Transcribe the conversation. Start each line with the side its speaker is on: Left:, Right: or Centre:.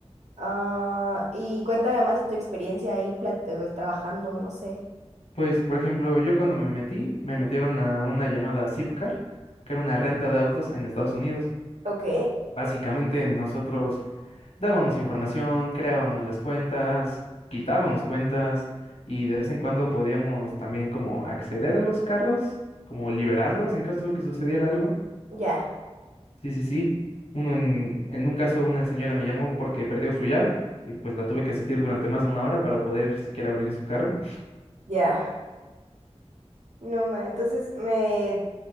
Right: Ah, y cuéntame más de tu experiencia ahí plat- eh, trabajando, no sé.
Left: Pues, por ejemplo, yo cuando me metí, me metieron a una llamada Zipcar, que era una renta de autos en Estados Unidos.
Right: Ok,
Left: Básicamente nosotros dábamos información, creábamos las cuentas, quitábamos cuentas y de vez en cuando podíamos también como acceder a los carros, como liberarlos en caso de que sucediera algo.
Right: ya,
Left: Sí, sí, sí. Uno en, en un caso una señora me llamó porque perdió su llave y pues la tuve que asistir durante más de una hora para poder siquiera abrir su carro.
Right: ya. No, ma, entonces me...